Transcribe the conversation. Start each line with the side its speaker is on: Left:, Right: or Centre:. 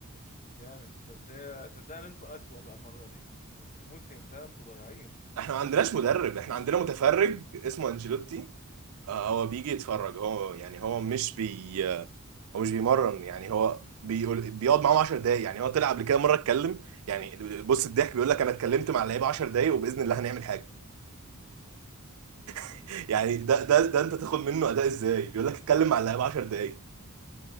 Left: جامد بس هي- صدقني انتوا اسوأ بقى المره دي الموسم ده انتوا ضايعين
Right: احنا ما عندناش مدرب احنا عندنا متفرج اسمه انشيلوتي آه، هو بيجي يتفرج هو يعني هو مش بي هو مش بيمرن يعني هو بيقول بيقعد معاهم 10 دقايق يعني هو طلع قبل كده مره اتكلم يعني بص الضحك بيقول لك انا اتكلمت مع اللعيبه 10 دقايق وباذن الله هنعمل حاجه <laughs> يعني ده ده ده انت تاخد منه اداء ازاي بيقول لك اتكلم مع اللعيبه 10 دقايق